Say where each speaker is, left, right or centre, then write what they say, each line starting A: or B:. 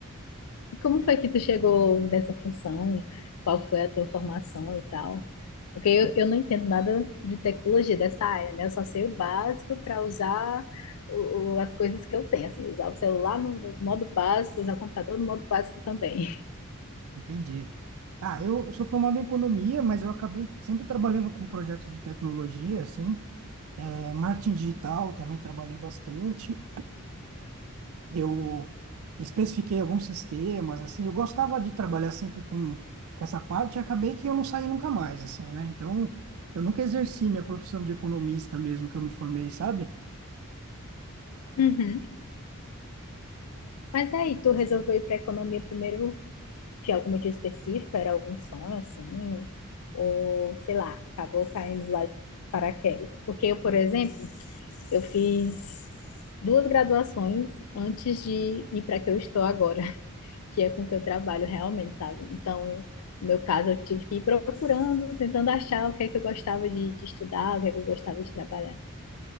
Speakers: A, on the left; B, on the right.
A: E como foi que tu chegou nessa função? Qual foi a tua formação e tal? Porque eu, eu não entendo nada de tecnologia dessa área, né? Eu só sei o básico para usar o- o- as coisas que eu tenho, assim, usar o celular no, no modo básico, usar o computador no modo básico também.
B: Entendi. Ah, eu, eu sou formado em economia, mas eu acabei sempre trabalhando com projetos de tecnologia, assim, é, marketing digital também trabalhei bastante. Eu especifiquei alguns sistemas, assim, eu gostava de trabalhar sempre com, com essa parte e acabei que eu não saí nunca mais, assim, né? Então, eu nunca exerci minha profissão de economista mesmo que eu me formei, sabe?
A: Uhum. Mas aí, tu resolveu ir para economia primeiro de alguma dia específica? Era algum sonho assim? Ou sei lá, acabou caindo lá de paraquedas? Porque eu, por exemplo, eu fiz duas graduações antes de ir para que eu estou agora, <laughs> que é com que eu trabalho realmente, sabe? Então, no meu caso, eu tive que ir procurando, tentando achar o que é que eu gostava de, de estudar, o que é que eu gostava de trabalhar.